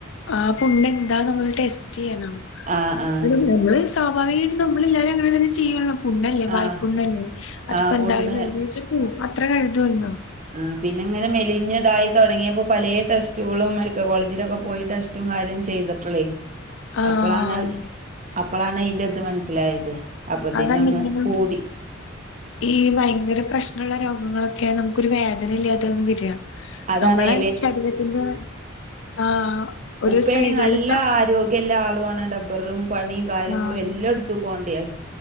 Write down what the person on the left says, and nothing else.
ആഹ് പുണ്ണെന്താ നമ്മള് ടെസ്റ്റിയ്യണം
<unintelligible> അമ്മള് സ്വാഭാവികായിട്ടും നമ്മളെല്ലാരും അങ്ങനെന്നെ ചേയ്യൊള്ളു പുണ്ണല്ലെ വായ്പുണ്ണല്ലെ
അതിപ്പൊ
എന്തായാലും <unintelligible> അത്രെ കര്തൊള്ളു
ആഹ്
അതല്ലെങ്കിലും
ഈ ഭയങ്കര പ്രശ്നൊള്ള രോഗങ്ങളൊക്കെ നമ്മക്കൊരു വേദന ഇല്ലാതാവും വെരാ
നമ്മളെ ശരീരത്തിന്റെ ആഹ് ഒരു
സൈഡുകള്
ക
ആഹ്